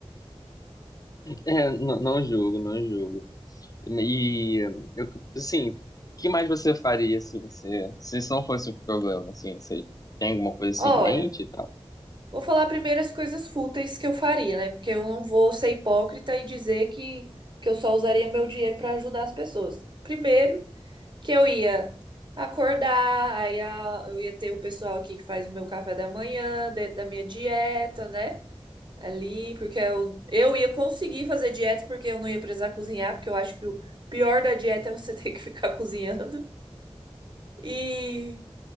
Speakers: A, on the left; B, on the right.
A: É, não, não julgo, não julgo. E, eu, assim, o que mais você faria se você, se isso não fosse um problema, assim, você tem alguma coisa assim
B: Olha,
A: em mente e tal?
B: vou falar primeiro as coisas fúteis que eu faria, né? Porque eu não vou ser hipócrita e dizer que, que eu só usaria meu dinheiro para ajudar as pessoas. Primeiro, que eu ia acordar, aí a- eu ia ter o pessoal aqui que faz o meu café da manhã, dentro da minha dieta, né? Ali, porque eu, eu ia conseguir fazer dieta, porque eu não ia precisar cozinhar, porque eu acho que o pior da dieta é você <laughs> ter que ficar cozinhando. E